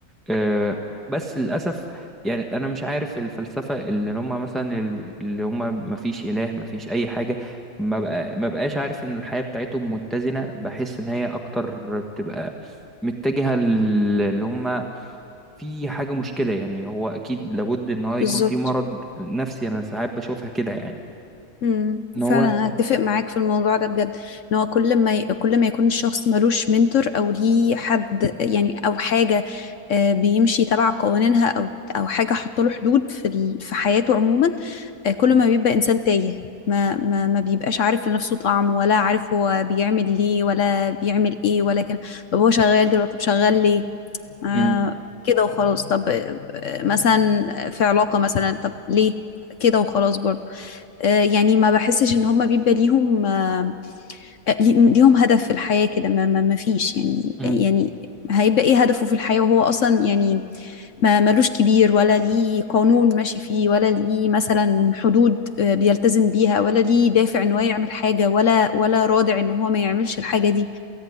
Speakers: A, in the centre; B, on the left.
A: آه، بس للأسف يعني أنا مش عارف الفلسفة اللي هم مثلا ال- اللي هم ما فيش إله ما فيش أي حاجة ما بقى ما بقاش عارف إن الحياة بتاعتهم متزنة بحس إن هي أكتر بتبقى متجهة اللي هم في حاجة مشكلة يعني هو أكيد لابد إن هو يكون
B: بالظبط
A: في مرض نفسي أنا ساعات بشوفها كده يعني
B: امم
A: إن هو
B: فعلا انا اتفق معاك في الموضوع ده بجد ان هو كل ما ي... كل ما يكون الشخص ملوش منتور او ليه حد يعني او حاجه آه، بيمشي تبع قوانينها او او حاجه حط له حدود في ال... في حياته عموما آه، كل
A: م-
B: ما بيبقى انسان تايه ما ما ما بيبقاش عارف لنفسه طعم ولا عارف هو بيعمل ليه ولا بيعمل ايه ولا كده طب هو شغال دلوقتي طب شغال ليه آه
A: م-
B: كده وخلاص طب آه، مثلا في علاقه مثلا طب ليه كده وخلاص برضه آه، يعني ما بحسش ان هم بيبقى ليهم آه، لي- ليهم هدف في الحياة كده ما, ما, ما فيش يعني
A: م-
B: يعني هيبقى ايه هدفه في الحياة وهو اصلا يعني ما ملوش كبير ولا ليه قانون ماشي فيه ولا ليه مثلا حدود آه، بيلتزم بيها ولا ليه دافع ان هو يعمل حاجة ولا ولا رادع ان هو ما يعملش الحاجة دي